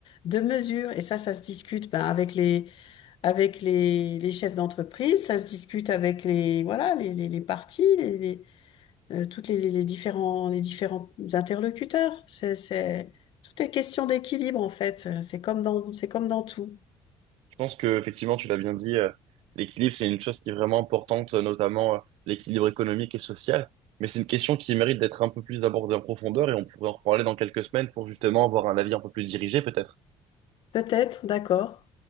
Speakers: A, on the left; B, on the right.
A: de mesure. Et ça, ça se discute ben, avec les, avec les, les chefs d'entreprise, ça se discute avec les, voilà, les, les, les partis, les, les, euh, toutes les, les différents, les différents interlocuteurs. C'est, c'est, tout est question d'équilibre, en fait. C'est comme dans, c'est comme dans tout.
B: Je pense que effectivement, tu l'as bien dit, euh, l'équilibre, c'est une chose qui est vraiment importante, euh, notamment euh, l'équilibre économique et social. Mais c'est une question qui mérite d'être un peu plus abordée en profondeur et on pourrait en reparler dans quelques semaines pour justement avoir un avis un peu plus dirigé, peut-être.
A: Peut-être, d'accord.